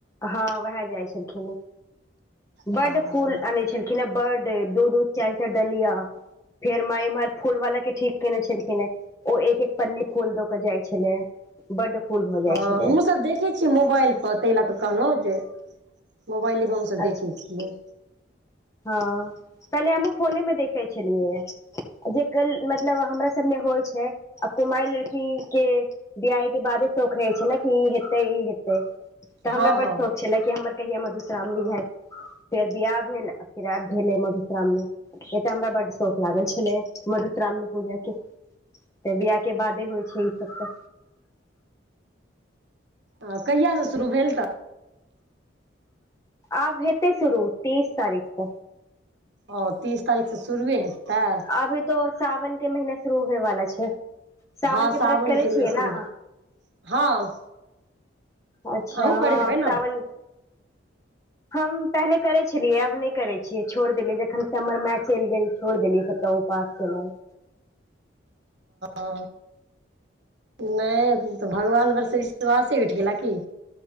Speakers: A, on the left; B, on the right.
A: हँ उएह जाइ छलखिन बर्ड
B: हँ
A: फूल अनै छलखिन हे बर्ड दू दू चारि चारि डलिया फेर माइ इम्हर फूल वाला के ठीक केने छलखिन हे ओ एक एक पन्नी फूल द के जाइ छलेया बड्ड फूल भऽ
B: हमहुँ
A: जाइ छलै
B: सब देखै मोबाइल पर ताहि लए कऽ कहलहुं जे मोबाइले पर हमसभ
A: अच्छा
B: देखे छियै
A: हँ पहिले हमहुँ फोने मे देखे छलियै ह जे गल मतलब हमरा सब मे होइ छै आ कुमारि लड़की के बिआाहे के बादे शौख रहे छै ने कि ई हेतै ई हेतै तऽ हमरा
B: हँ
A: बड्ड
B: हँ
A: शौक छल कि हमर कहिया मधुश्रावणी हैत फेर बियाह भेल फेर आब भेलेै मधुश्रामनी। ए तऽ हमरा बड शौख लागल छलै मधुत्रावणी पूजा के। तऽ बियाह के बादे होइ छैय ई सब तऽ।
B: ह कहियास से शुरू भेल तऽ?
A: आब हेतै शुरू तीस तारीख से।
B: ओ तीस तारीख से शुरुए हेतै?
A: अभी तो ओ साावनक के महीना शुरू होएवाला छैय साावन
B: हँ
A: के
B: सावनके
A: व्रत करे छियै
B: मे शुरू
A: ना?
B: हँ
A: अच्छा
B: अहूँ करैत
A: हँ
B: हेबै ने
A: साावन हम पहिले करै छलियै आब नहि करै छियै छोड़ देलियै जखन स हमर माय चलि गेल छोड़ देलियै <unintelligible> <unintelligible>
B: आ नहि तऽ भगवान भरसँ विश्वासे उठेला कि?